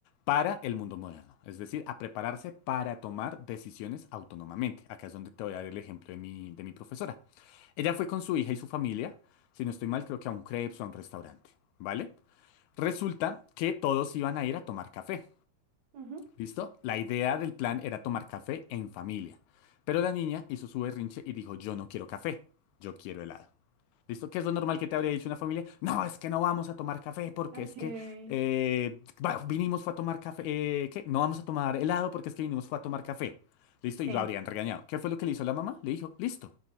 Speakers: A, on the left; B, on the right.
A: para el mundo moderno, es decir, a prepararse para tomar decisiones autónomamente. Acá es donde te voy a dar el ejemplo de mi, de mi profesora. Ella fue con su hija y su familia, si no estoy mal, creo que a un crepes o a un restaurante, ¿vale? Resulta que todos iban a ir a tomar café,
B: Ujú.
A: ¿listo? La idea del plan era tomar café en familia, pero la niña hizo su berrinche y dijo, yo no quiero café, yo quiero helado. ¿Listo? ¿Qué es lo normal que te habría dicho una familia? No, es que no vamos a tomar café porque
B: Ok.
A: es que eh, va- vinimos fue a tomar café. eh, ¿qué? No vamos a tomar helado porque es que vinimos fue a tomar café. ¿Listo?
B: Sí.
A: Y lo habrían regañado. ¿Qué fue lo que le hizo la mamá? Le dijo, listo.